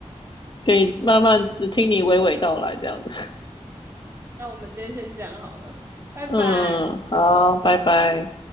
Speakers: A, on the left (about 40°); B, on the right (about 20°).
A: 可以慢慢听你娓娓道来这样子。
B: 那我们今天先这样好了，拜拜。
A: 嗯，好，拜拜。